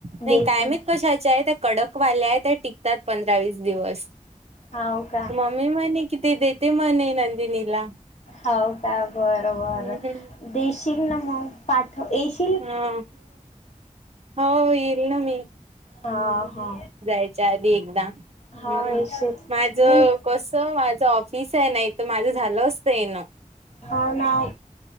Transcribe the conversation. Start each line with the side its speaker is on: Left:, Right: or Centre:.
Right: नाही
Left: बेसन
Right: कायमत कशाच्या आहे? कडकवाल्या आहे त्या टिकतात पंधरा वीस दिवस.
Left: हा हो का?
Right: आही म्हणे कि ते देते म्हणे नंदिनीला.
Left: हो का बरं बर
Right: हम्म
Left: देशील ना मग? पाठ एश.
Right: हा हो येईल ना मी..
Left: ह हा.
Right: जायच्या आधी एकदा हम्
Left: हाव येशील
Right: माझ.
Left: मी
Right: कसं माझं ऑफिस आहे नाही त माझं झालं असतं आहे येणं.
Left: हो ना.